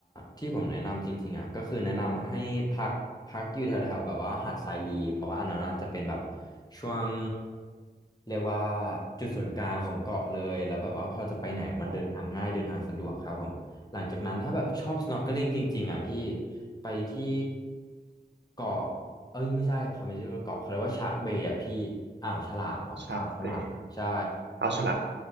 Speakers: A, on the left; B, on the right.
A: ที่ผมแนะนำจริงๆอ่ะก็คือแนะนำให้พักพักอยู่แถวๆแบบว่าหาดทรายลีเพราะว่าอันนั้นอะจะเป็นแบบช่วงเรียกว่าจุดศูนย์กลางของเกาะเลยแล้วแบบว่าพอจะไปไหนมันเดินทางง่ายเดินทางสะดวกครับผมหลังจากนั้นถ้าแบบชอบ
B: อ๋อ
A: snorkeling จริงๆอ่ะพี่ไปที่เกาะเอ้ยไม่ใช่เขาไม่เรียกว่าเกาะเขาเรียกว่าชาร์กเบย์อ่ะพี่อ่าวฉลามเหรออ่าวฉลามใช่
B: ชักเปรย์อ้าวฉลาม